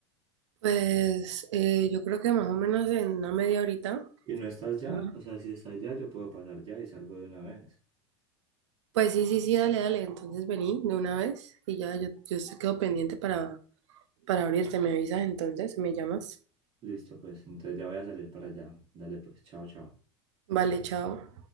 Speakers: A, on the right; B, on the right.
A: Pues eh, yo creo que más o menos en una media horita.
B: Y no estás ya,
A: ¿no?
B: o sea, si estás ya, yo puedo pasar ya y salgo de una vez.
A: Pues sí, sí, sí, dale, dale. Entonces vení de una vez y ya yo, yo te quedo pendiente para, para abrirte, me avisas entonces, me llamas.
B: Listo, pues, entonces ya voy a salir para allá. Dale, pues, chao, chao.
A: Vale, chao.